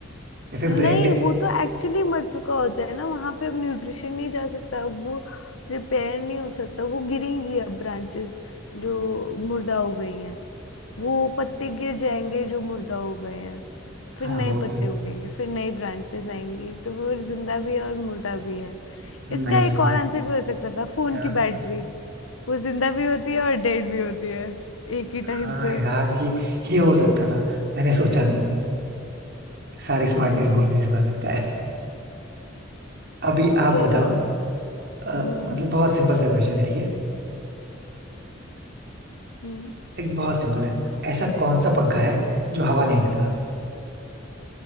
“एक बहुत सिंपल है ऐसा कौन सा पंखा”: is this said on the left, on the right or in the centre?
Right